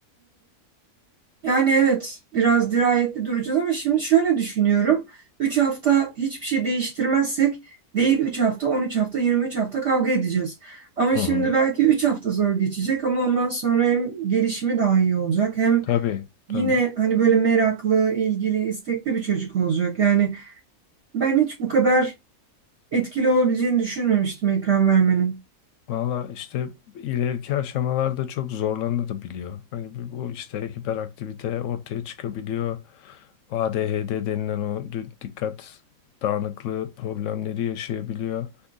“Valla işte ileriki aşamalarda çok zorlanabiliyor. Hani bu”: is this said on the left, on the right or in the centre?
Left